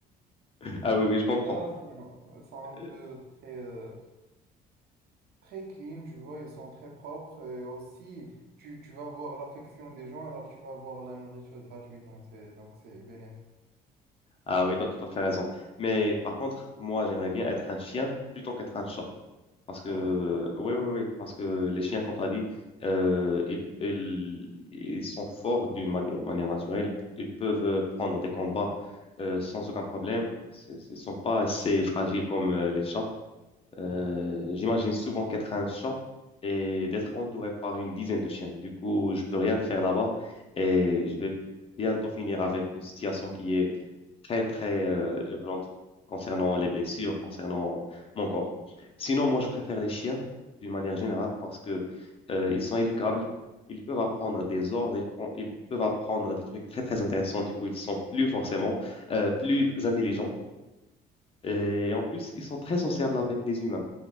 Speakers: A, on the left (about 35°); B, on the right (about 65°).
A: <laughs> ah oui, oui, je
B: Les
A: comprends.
B: chats sont, sont un
A: Euh,
B: peu très, euh, très clean, tu vois, ils sont très propres. euh, aussi, tu, tu vas voir l'affection des gens, alors tu vas voir la nourriture gratuitement. C'est, donc, c'est bénéfique.
A: Ah oui, tu as tout à fait raison. Mais par contre, moi, j'aimerais bien être un chien plutôt qu'être un chat. Parce que,
B: Ah ouais?
A: ouais, ouais, ouais, parce que les chiens, comme tu as dit, euh, ils, ils, ils sont forts d'une ma- manière naturelle. Ils peuvent euh, prendre des combats euh, sans aucun problème. C'est- Ils ne sont pas assez fragiles comme euh, les chats.
B: Ouais.
A: Euh, j'imagine souvent qu'être un chat et d'être entouré par une dizaine de chiens. Du coup, je peux rien faire là-bas et je vais bientôt finir avec une situation qui est très, très euh, urgente concernant les blessures, concernant mon corps. Sinon, moi, je préfère les chiens d'une manière générale parce que euh, ils sont éducables, ils peuvent apprendre des ordres, ils, pon- ils peuvent apprendre des trucs très, très intéressants. Du coup, ils sont plus forcément euh, plus intelligents. Et en plus, ils sont très sociables avec les humains.